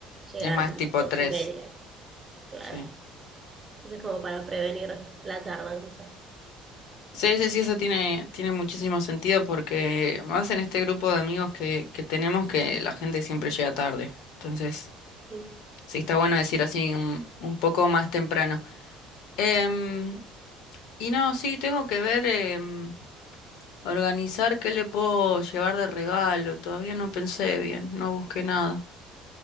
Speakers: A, on the right; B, on the left.
A: llegan
B: es más tipo
A: dos
B: tres,
A: y media, claro.
B: sí.
A: Entonces como para prevenir la tardanza.
B: Sí, sí, sí, eso tiene, tiene muchísimo sentido porque más en este grupo de amigos que, que tenemos que la gente siempre llega tarde. Entonces,
A: Sí.
B: sí, está bueno decir así un, un poco más temprano. Em, y no, sí, tengo que ver. em, Organizar qué le puedo llevar de regalo. Todavía no pensé bien, no busqué nada.